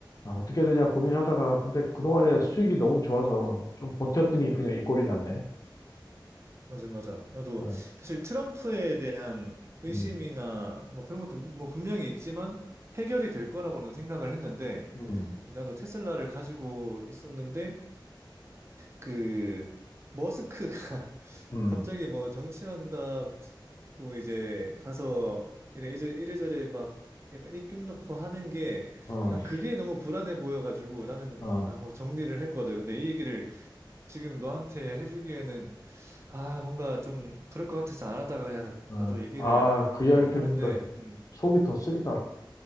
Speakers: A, on the left; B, on the right.
A: 야, 어떻게 해야 되냐 고민하다가 근데 그동안에 수익이 너무 좋아서 좀 버텼더니 그냥 이 꼴이 났네.
B: 맞아, 맞아. 나도
A: 어,
B: 사실 트럼프에 대한 의심이나
A: 음,
B: 뭐 그런 것도 뭐 분명히 있지만 해결이 될 거라고는 생각을 했는데
A: 음,
B: 나도 테슬라를 가지고 있었는데 그 머스크가 <laughs>
A: 음,
B: 갑자기 뭐 정치한다고 이제 가서 이래 이제 이래저래 막 약간 입김 넣고 하는 게
A: 어,
B: 난 그게 너무 불안해 보여가지고 나는
A: 어,
B: 아 뭐 정리를 했거든. 근데 이 얘기를 지금 너한테 해주기에는 아 뭔가 좀 그럴 것 같아서 안 하다가 그냥
A: 어.
B: 나도 얘기를
A: 아, 그
B: 뭐
A: 이야기
B: 하는데
A: 들으니까
B: 음
A: 속이 더 쓰리다.